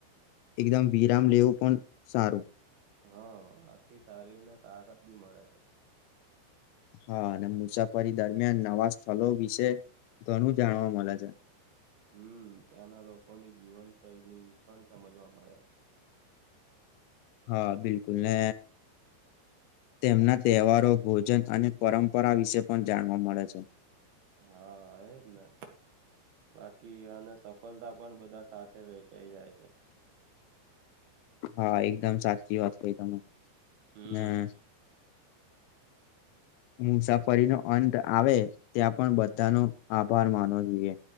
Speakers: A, on the left; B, on the right.
A: એકદમ વિરામ લેવું પણ સારું.
B: હા આથી શારીર ને તાકાત બી મળે છે.
A: હા અને મુસાફરી દરમિયાન નવા સ્થળ વિશે ઘણું જાણવા મળે છે.
B: હમ ત્યાંના લોકોની જીવનશૈલી પણ સમજવા પડે છે.
A: હા બિલકુલ ને તેમના તહેવારો, ભોજન અને પરંપરા વિશે પણ જાણવા મળે છે.
B: હા એ જ ને! બાકી અને સફળતા પણ બધા સાથે વેચાઈ જાય છે.
A: હા એકદમ સાચી વાત કઈ તમે,
B: હમ
A: હંમ
B: <inaudible> <unintelligible>
A: મુસાફરીનો અંત આવે ત્યાં પણ બધાનો આભાર માનવો જોઈએ.